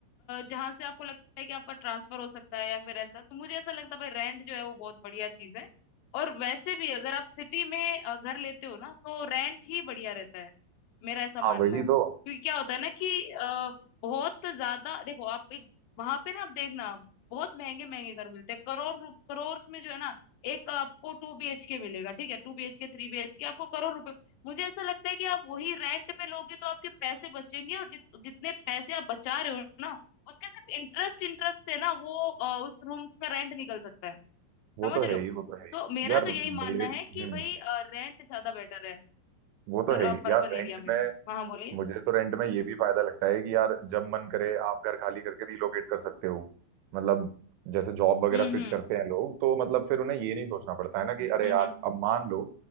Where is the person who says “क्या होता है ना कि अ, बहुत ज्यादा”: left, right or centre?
Left